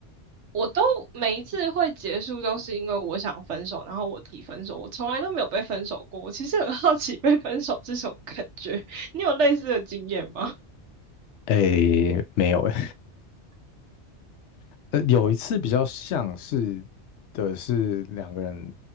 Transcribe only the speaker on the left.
诶，没有诶，<laughs> 呃，有一次比较像是的是两个人